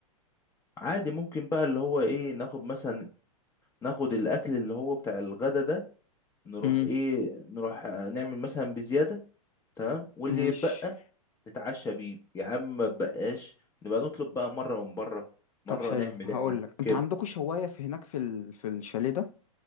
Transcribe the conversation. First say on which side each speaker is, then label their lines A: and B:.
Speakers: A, on the left; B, on the left.
A: عادي ممكن بقى اللي هو ايه ناخد مثلا ناخد الاكل اللي هو بتاع الغدا ده نروح
B: امم
A: ايه نروح آه، نعمل مثلا بزيادة تمام واللي
B: ماشي
A: يتبقى نتعشى بيه يا عم ما تبقاش نبقى نطلب بقى مرة من بره
B: طب
A: مرة
B: حلو
A: نعمل
B: هقول
A: احنا
B: لك انتوا
A: كده
B: عندكم شواية في هناك في ال... في الشاليه ده